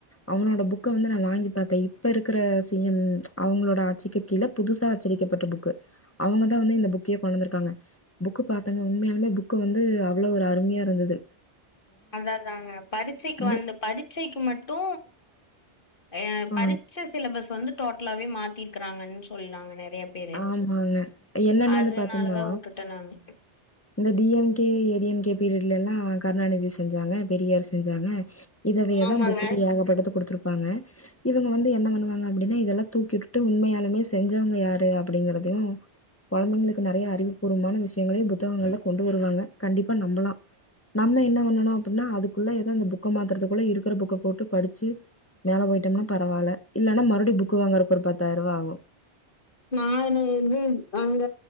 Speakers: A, on the left; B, on the left.
A: அவனோட புக்க வந்து நா வாங்கி பாத்தே இப்ப இருக்கிற சி எம் அவங்களோட ஆட்சிக்கு கீழ புதுசா அச்சடிக்கப்பட்ட புக்கு அவங்க தா வந்து இந்த புக்கே கொண்டொந்துருக்காங்க புக்கு பாத் தங்க உண்மயாலுமே புக்கு வந்து அவ்ளோ ஒரு அருமியா இருந்துது
B: அதாதாங்க பரிச்சைக்கு
A: புக்
B: வந்து பரீச்சைக்கு மட்டு அ
A: ஆ
B: பரிச்ச சிலபஸ் வந்து டோட்லாவே மாத்தியிருக்கிறாங்கன் சொல்லாங்க நெறைய பேரு
A: ஆமாங்க என்னன்னு
B: அதுனாலதா
A: வந்து பாத்தோம்னா
B: உட்டுட்டே நானு
A: இந்த டிஎம்கே ஏடிஎம்கே பீரியட்லெல்லா கருணாநிதி செஞ்சாங்க பெரியார் செஞ்சாங்க இதவையதா
B: ஆமாங்க.
A: புக்கு <unintelligible> ஏகப்பட்டது குடுத்துருப்பாங்க இவங்க வந்து என்ன பண்ணு வாங்க அப்புடினா இதெல்லா தூக்கிவுட்டுட்டு உண்மையாலுமே செஞ்சவங்க யாரு அப்படிங்கறதயு கொழந்திங்ளுக்கு நெறைய அறிவுபூர்வமான விஷயங்களையு புத்தகங்கள்ல கொண்டு வருவாங்க கண்டிப்பா நம்பலா நம்ம என்ன பண்ணணு அப்பிட்னா அதுக் ஙுள்ள எதோ அந்த புக்க மாத்தறத்துக்குள்ள இருக்குற புக்க போட்டு படிச்சி மேல போயிட்டம்னா பரவால இல்லனா மறுட்யு புக்கு வாங்கறக் ஒரு பத்தாயிருபா ஆகு
B: நானு இது அங்க